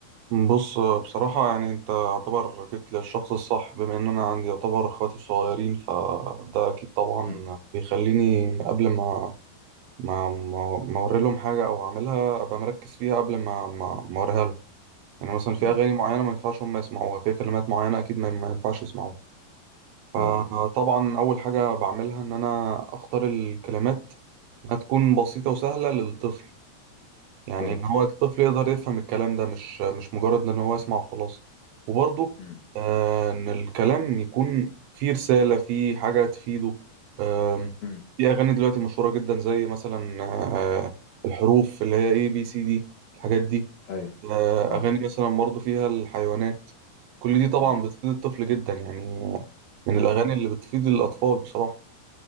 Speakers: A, on the right; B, on the left.
A: مم. بص بصراحة يعني انت يعتبر جيت للشخص الصح بما ان انا عندي يعتبر اخواتي صغيرين فده اكيد طبعا
B: مم.
A: بيخليني قبل ما ما ما ما اوري لهم حاجة او اعملها ابقى مركز فيها قبل ما ما ما اوريها لهم يعني مثلا في
B: مم.
A: اغاني معينة ما ينفعش هم يسمعوها في كلمات معينة اكيد ما ما ينفعش يسمعوها فطبعا
B: اه
A: اول حاجة بعملها ان انا اختار الكلمات انها تكون بسيطة وسهلة للطفل يعني
B: اه
A: ان هو الطفل يقدر يفهم الكلام ده مش مش مجرد ان هو يسمع وخلاص وبرضه
B: مم.
A: آه، ان الكلام يكون فيه رسالة فيه حاجة تفيده آم،
B: مم.
A: في اغاني دلوقتي مشهورة جدا زي مثلا آه، الحروف اللي هي اي بي سي دي الحاجات دي
B: ايوه
A: آه،
B: اه
A: اغاني مثلا برضه فيها الحيوانات كل دي طبعا
B: مم.
A: بتفيد الطفل جدا يعني من
B: مم.
A: الاغاني اللي بتفيد الاطفال بصراحة